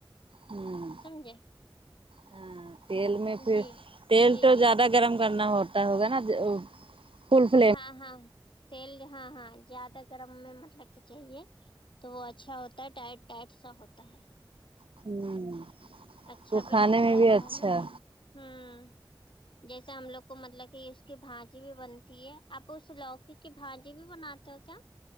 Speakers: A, on the right (about 85°); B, on the left (about 65°).
A: ہوں
B: سمجے
A: ہاں تیل میں پھر
B: جی
A: تیل
B: جی
A: تو
B: جی
A: زیادہ گرم کرنا ہوتا ہوگا نا فل فلیم
B: ہاں ہاں تیل ہاں ہاں زیادہ گرم میں مطلب کہ چاہیے تو وہ اچھا ہوتا ہے ٹائٹ ٹائٹ سا ہوتا ہے
A: ہوں
B: اچھا
A: وہ
B: بھی
A: کھانے
B: لگتا
A: میں بھی
B: ہے
A: اچھا
B: کھانے میں ہمم جیسے ہم لوگ کو مطلب کہ اس کی بھاجی بھی بنتی ہے اب اس لوکی کی بھاجی بھی بناتے ہو کیا